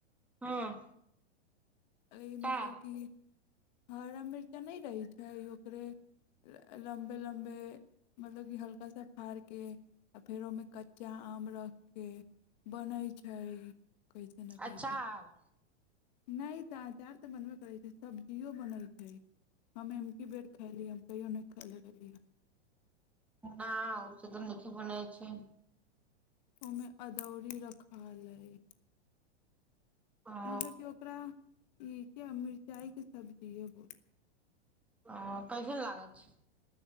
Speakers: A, in the centre; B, on the left.
A: हँ।
B: अई मतलब
A: का
B: कि हरा मिर्चा नै रहैत छैय ओकरे लम्बे लम्बे मतलब कि हल्का सा फाड़ के आ फेर ओहिमे कच्चा आम रख के बनैत छैय। कैसे न कैसे
A: अचार
B: नै तऽ अचार तऽ बनबे करैत छैय सब्जियो बनैत छैय। हम एमी बर खा ली। कहिओ नहिल ल
A: न ओ से त नी बनाय छै।
B: ओमें अदौरी रखा लय
A: ओ
B: मतलब कि ओकरा ई क्या मिरचाई के सब्जी एगो।
A: ह पैस ने लाग छै।